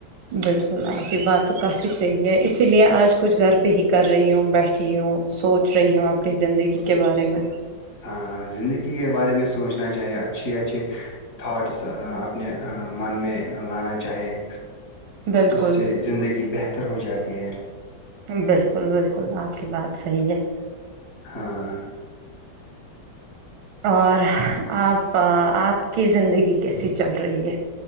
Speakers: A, on the right; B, on the left.
A: بالکل آپ یہ بات تو کافی صحیح ہے اسی لیے آج کچھ گھر پہ ہی کر رہی ہوں بیٹھ ہوں سوچ رہی ہوں اپنی زندگی کے بارے میں
B: ہاں زندگی کے بارے میں سوچنا چاہیے اچھے اچھے تھاٹس اپنے من میں لانا چاہیے
A: بالکل
B: اس سے زندگی بہتر ہو جاتی ہے
A: بالکل بالکل آپ کی بات صحیح ہے
B: ہاں
A: اور آپ آپ کی زندگی کیسی چل رہی ہے